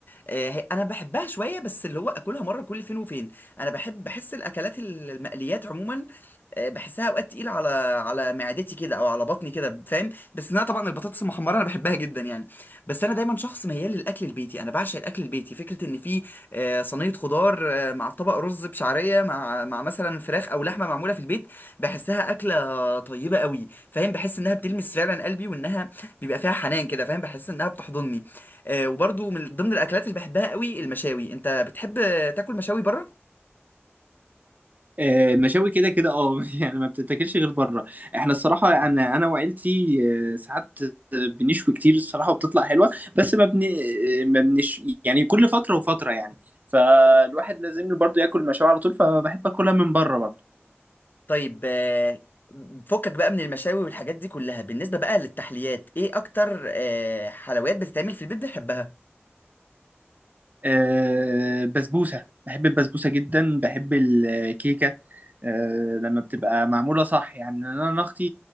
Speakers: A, on the left (about 45°); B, on the right (about 40°).
A: آه، هي- انا بحبها شويه بس اللي هو اكلها مره كل فين وفين انا بحب بحس الاكلات ال- المقليات عموما آه، بحسها اوقات تقيله على على معدتي كده او على بطني كده فاهم بس انا طبعا البطاطس المحمره انا بحبها جدا يعني بس انا دايما شخص ميال للاكل البيتي انا بعشق الاكل البيتي فكره ان في آه، صينيه خضار آه، مع طبق رز بشعريه مع مع مثلا فراخ او لحمه معموله في البيت بحسها اكله طيبه قوي فاهم بحس انها بتلمس فعلا قلبي وانها بيبقى فيها حنان كده فاهم بحس انها بتحضني آه، وبرضو من ضمن الاكلات اللي بحبها قوي المشاوي انت بتحب آه، تاكل مشاوي بره
B: آه، مشاوي كده كده اه <laughs> يعني ما بتتاكلش غير بره احنا الصراحه انا انا وعيلتي آه، ساعات بنشوي كتير الصراحه وبتطلع حلوه بس ما بن آه، ما بنش يعني كل فتره وفتره يعني فالواحد لازم برضه ياكل مشاوي على طول فبحب اكلها من بره برضه
A: طيب آه، فكك بقى من المشاوي والحاجات دي كلها بالنسبه بقى للتحليات ايه اكتر آه، حلويات بتتعمل في البيت بتحبها
B: آه، بسبوسة بحب البسبوسة جدا بحب الكيكة آه، لما بتبقى معمولة صح يعني أنا أنا أختي